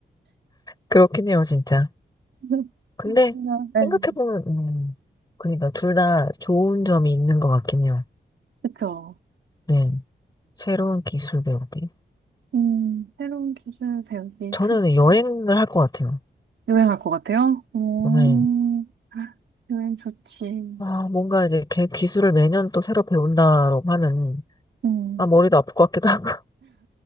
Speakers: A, on the left; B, on the right.
A: 그렇긴 해요, 진짜.
B: <laughs>
A: 근데
B: 뭔가,
A: 생각해보면,
B: 네.
A: 음, 그러니까 둘 다 좋은 점이 있는 것 같긴 해요.
B: 그쵸.
A: 네. 새로운 기술 배우기.
B: 음, 새로운 기술 배우기
A: 저는
B: 좋지.
A: 여행을 할 것 같아요.
B: 여행 할 것 같아요? 음,
A: 오늘
B: 여행 좋지.
A: 아, 뭔가 이제 걔 기술을 매년 또 새로 배운다라고 하면,
B: 음,
A: 아, 머리도 아플 것 같기도 하고, <laughs>